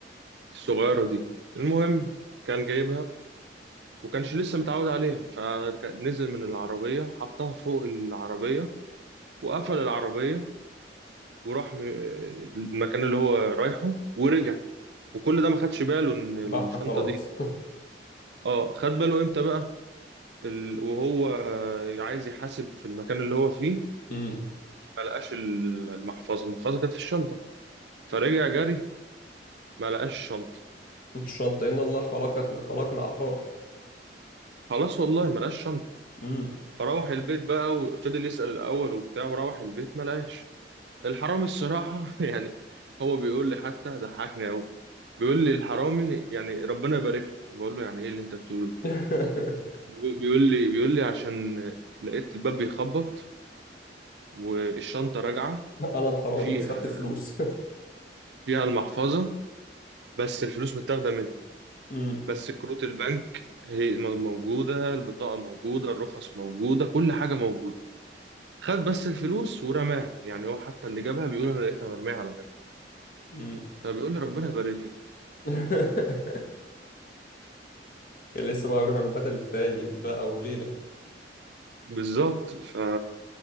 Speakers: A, on the right (about 70°); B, on the left (about 50°).
A: الصغيرة دي المهم كان جايبها وكانش لسه متعود عليها فنزل من العربية حطها فوق العربية وقفل العربية وراح م- المكان اللي هو رايحه ورجع وكل ده ما خدش باله ان الشنطة
B: بحة خلاص
A: دي اه خد باله امتى بقى في ال... وهو عايز يحاسب في المكان اللي هو فيه
B: <laughs> مم.
A: ما لقاش المحفظة المحفظة كانت في الشنطة فرجع جري ما لقاش الشنطة
B: الشنطة إن الله خلق خلقنا أحرار
A: خلاص والله ما لقاش شنطة
B: مم.
A: فروح البيت بقى وفضل يسأل الأول وبتاع وروح البيت ما لقاش الحرامي الصراحة <laughs> يعني هو بيقول لي حتى ضحكني أوي بيقول لي الحرامي يعني ربنا يبارك له بقول له يعني إيه اللي أنت بتقوله ده
B: <laughs>
A: بيقول بيقول لي بيقول لي عشان لقيت الباب بيخبط والشنطة راجعة
B: أنا الحرامي
A: فيها
B: بس خدت الفلوس
A: فيها المحفظة بس الفلوس متاخدة منها
B: <laughs> مم.
A: بس كروت البنك هي موجودة البطاقة موجودة الرخص موجودة كل حاجة موجودة خد بس الفلوس ورماها يعني هو حتى اللي جابها بيقول انا لقيتها مرميه على جنب
B: مم.
A: فبيقول لي ربنا يبارك له
B: <laughs> كان لسه بقى يروح من باتل فايت بقى وليلة
A: بالظبط ف